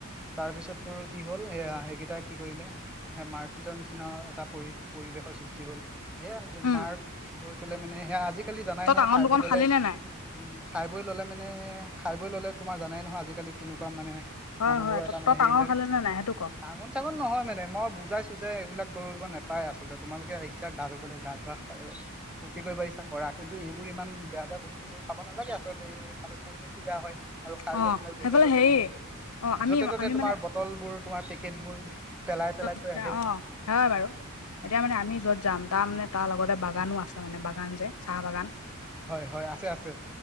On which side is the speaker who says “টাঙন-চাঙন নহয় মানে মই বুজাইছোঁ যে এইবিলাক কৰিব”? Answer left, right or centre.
Centre